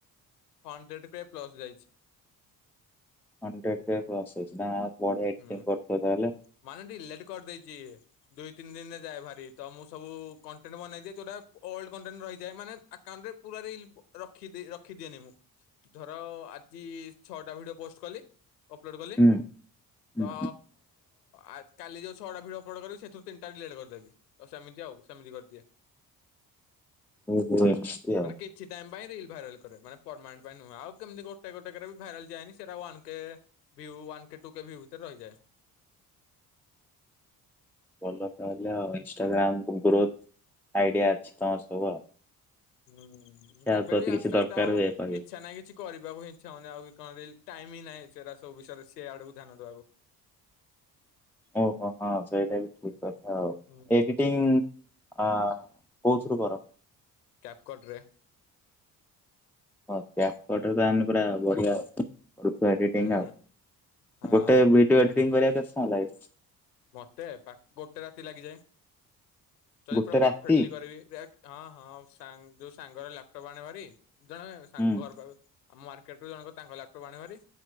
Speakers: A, on the left; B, in the centre.
A: hundred K plus ଯାଇଚି।
B: ହଣ୍ଡ୍ରେଡ୍ କେ ପ୍ଲସ୍ ଅଛି ତାପରେ ଏକ୍ଟିଙ୍ଗି
A: ହୁଁ
B: କରୁଥିବେ ତାହେଲେ
A: ମାନେ ଡିଲେଟ୍ କରିଦେଇଚି। ଦୁଇ ତିନି ଦିନରେ ଯାଏ ଭାରି ତ ମୁଁ ସବୁ କଣ୍ଟେଣ୍ଟ ବନେଇଦିଏ ଯୋଉଟା ଓଲଡ୍ କଣ୍ଟେଣ୍ଟ ରହିଯାଏ ମାନେ ଆକାଉଣ୍ଟ ରେ ପୁରା ରିଲ୍ ରଖିଦି ରଖିଦିଏନି ମୁଁ ଧର ଆଜି ଛଅଟା ଭିଡିଓ ପୋଷ୍ଟ୍ କଲି ଅପ୍ଲୋଡ଼୍ କଲି
B: ହୁଁ ହୁଁ
A: ତ ଆ କାଲି ଯୋଉ ଛଅଟା ଭିଡ଼ଓ ଅପଲୋଡ୍ କରିବି ସେଥିରୁ ତିନିଟାରେ ଡିଲେଟ୍ କରିଦେବି ତ ସେମିତି ଆଉ ସେମିତି କରିଦିଏ।
B: ଓହୋ ଏମିତି୍
A: ମାନେ
B: ଆଉ।
A: କିଛି ଟାଇମ୍ ପାଇଁ ରିଲ୍ ଭାଇରାଲ୍ କରେ ମାନେ ପରମାନେଣ୍ଟ୍ ପାଇଁ ନୁହ ଆଉ କେମିତି ଗୋଟେ ଗୋଟେ ବି ଭାଇରାଲ୍ ଯାଏନି ସେଇଟା one K view one K two K view ଭିତରେ ରହିଯାଏ।
B: ଭଲ ତାହେଲେ ଆଉ ଇନଷ୍ଟାଗ୍ରାମ୍ <inaudible> ଗ୍ରୋଥ ଆଇଡିଆ ଅଛି ତମର ସବୁ। ଆଉ।
A: ହୁଁ
B: ଦେଖିଆ ଆଉ
A: ଏବେ
B: ଯଦି
A: ବି ଆସ୍ତେ
B: କିଛି ଦରକାର
A: ଆସ୍ତେ ଆଉ
B: ହୁଏ କହିବ।
A: ଇଚ୍ଛା ନାହିଁ କିଛି କରିବାକୁ ଇଚ୍ଛା ହଉନି ଆଉବି କଣ ରିଲ୍ ଟାଇମ୍ ହିଁ ନାଇଁ ସେଗରା ସବୁ ବିଷୟରେ ସେ ଆଡକୁ ଧ୍ୟାନ ଦବାକୁ।
B: ଓହୋ ହଁ ସେଇଟା ବି ଠିକ୍ କଥା ଆଉ
A: ହୁଁ।
B: ଏଡିଟିଂ ଆ କୋଉଥୁରୁ କର?
A: କ୍ୟାପକଟ୍ ରେ।
B: ହଁ କ୍ୟାପକଟ୍ ରେ ତାମାନେ ପୁରା ବଢିଆ। ର୍ <inaudible> ଏଡିଟିଂ
A: ହୁଁ
B: ଆଉ
A: ହୁଁ ହଁ
B: ଗୋଟେ ବିଡିଓ ଏଡିଟିଂ କରିଆ କେତ୍ ସମୟ ଲାଗେ?
A: ମତେ ପା ଗୋଟେ ରାତି ଲାଗିଯାଏ ଯଦି
B: ଗୋଟେ
A: ପୁରା ପରଫେକ୍ଟଲି
B: ରାତି
A: କରିବି। ହଁ ହଁ ସାଙ୍ଗ୍ ଯୋଉ ସାଙ୍ଗର ଲାପଟପ୍ ଆଣେ ଭାରି ଜଣେ ସା
B: ହୁଁ
A: ଘରପାଖର ଆମ ମାର୍କେଟରେ ଜଣକ ତାଙ୍କ ଲ୍ୟାପଟପ୍ ଆଣେ ଭାରି